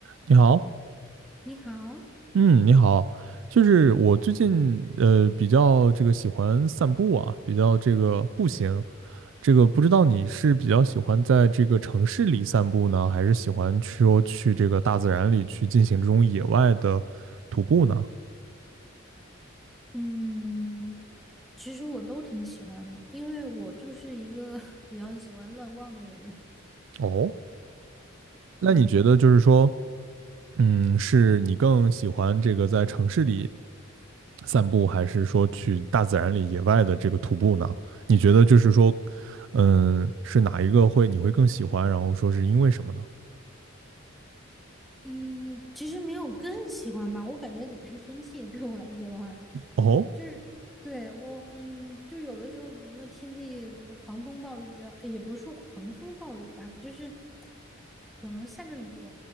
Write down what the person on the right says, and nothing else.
你好，
嗯，你好，就是我最近呃比较这个喜欢散步啊，比较这个步行，这个不知道你是比较喜欢在这个城市里散步呢，还是喜欢去说去这个大自然里去进行这种野外的徒步呢？
哦，那你觉得就是说，
嗯，是你更喜欢这个在城市里？散步，还是说去大自然里野外的这个徒步呢？你觉得就是说，嗯，是哪一个会你会更喜欢？然后说是因为什么呢？
哦